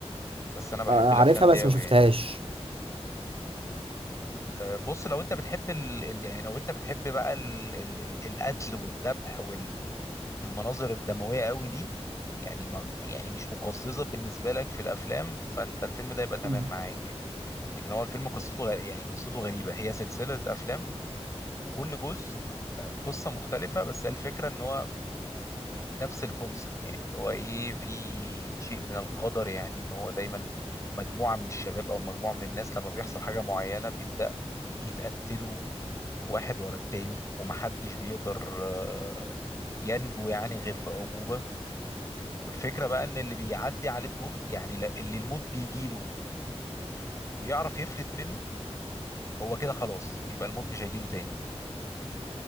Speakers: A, on the left; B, on the right.
A: بس انا بحب
B: آه،
A: الافلام
B: عارفها
A: دي
B: بس
A: قوي
B: ما شفتهاش
A: يعني أه بص لو انت بتحب ال... ال- يعني لو انت بتحب بقى ال... ال... ال- القتل والذبح وال... والمناظر الدمويه قوي دي يعني ما يعني مش مقززه بالنسبه لك في الافلام فانت الفيلم ده يبقى تمام
B: مم.
A: معاك يعني لكن هو الفيلم قصته غ... يعني قصته غريبه هي سلسله افلام وكل جزء آه، قصة مختلفة بس هي الفكرة ان هو يعني نفس الكونسبت يعني اللي هو ايه في شيء من القدر يعني ان هو دايما مجموعة من الشباب او مجموعة من الناس لما بيحصل حاجة معينة بيبدأ يتقتلوا واحد ورا التاني ومحدش بيقدر آه، ينجو يعني غير بعجوبة والفكرة بقى ان اللي بيعدي عليه الدور يعني لا- اللي الموت بيجيله ويعرف يفلت منه هو كده خلاص يبقى الموت مش هيجيله تاني